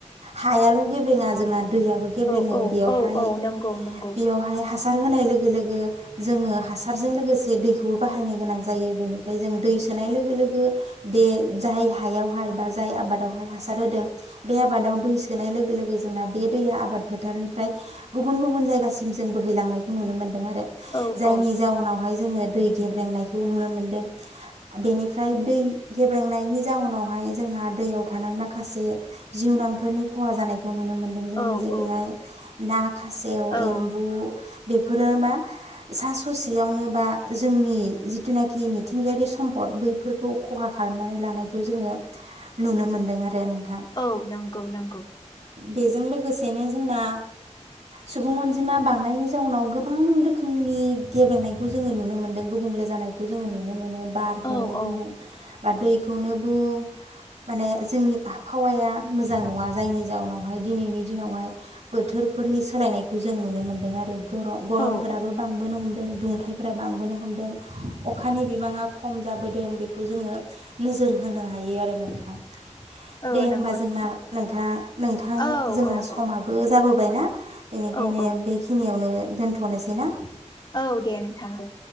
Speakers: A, on the right (about 70°); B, on the left (about 35°).
A: हायाल' गेब्रेङा जोंना दैयाबो गेब्रेङो
B: औ औ
A: बेयावहाय
B: औ औ नंगौ नंगौ
A: बेयावहाय हासार होनाय लोगो लोगो जोङो हासारजों लोगोसे दैखौबो बाहायनो गोनां जायो बेनिफ्राय जों दै सोनाय लोगो लोगो बे जाय हायावहाय बा जाय आबादावहाय हासार होदों बे आबादाव दै सोनाय लोगो लोगो जोंना बे दैया आबाद फोथारनिफ्राय गुबुन गुबुन जायगासिम जों बोहैलांनायखौ नुनो मोन्दों आरो। जायनि
B: औ औ
A: जाउनावहाय जोङो दै गेब्रेंनायखौ नुनो मोनदों। बेनिफ्राय दै गेब्रेंनायनि जाउनावहाय जोंहा दैयाव थानाय माखासे जिउनांफोरनि खहा जानायखौ नुनो मोनो मोनदों जोङो
B: औ
A: जेरैहाय
B: औ
A: ना खासेव
B: औ
A: एम्बु बेफोरो मा सा ससेयावनो बा जोंनि जिथुनाखि मिथिंगायारि सम फद बैफोरखौ खहा खालामनानै लानायखौ जोङो नुनो मोनदों आरो नों
B: औ नंगौ नंगौ।
A: बेजों लोगोसेनो जोंना सुबुं अनजिमा बांनायनि जाउनाव गोबां रोखोमनि गेब्रेंनायखौ जोङो नुनो मोनदों गुबुंले जानायखौ जोङो नुनो मोनो बा र
B: औ
A: खौनो बुं।
B: औ
A: बा दैखौनो बुं माने जोंनि आबहावाया मोजां नङा जायनि जाहोनावहाय दिनैनि दिनावहाय बोथोरफोरनि सोलायनायखौ जों नुनो मोनदों आरो। ग गरमफोराबो
B: औ औ
A: बांबोनो हमदों दुंथाइफोरा बांबोनो हमदों अखानि बिबाङा खम जाबोदों बेखौ जोङो नोजोर होनो हायो आरो नोंथां!
B: औ
A: दे होमबा
B: नंगौ
A: जोंना
B: नोंथां
A: नोंथां नोंथां
B: औ
A: जोंना
B: औ
A: समाबो
B: औ
A: जाबो बोबाय ना। बेनिखायनो
B: औ औ
A: बेखिनियावनो दोनथ'नोसै ना।
B: औ दे नोंथां दे।